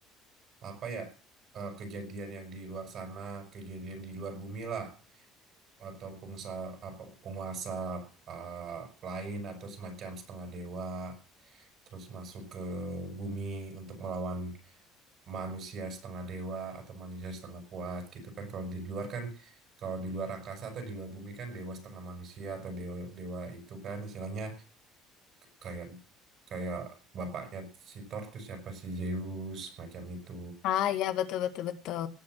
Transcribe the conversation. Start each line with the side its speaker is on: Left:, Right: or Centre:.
Right: apa ya uh, kejadian yang di luar sana kejadian di luar bumi lah atau pengusaha apa penguasa uh, lain atau semacam setengah dewa terus masuk ke bumi untuk melawan manusia setengah dewa atau manusia setengah kuat gitu kan kalau di luar kan kalau di luar angkasa atau di luar bumi kan dewa setengah manusia atau dewa dewa itu kan istilahnya kayak kayak bapaknya si Thor tuh siapa si Zeus macam itu
Left: Ah iya, betul, betul, betul.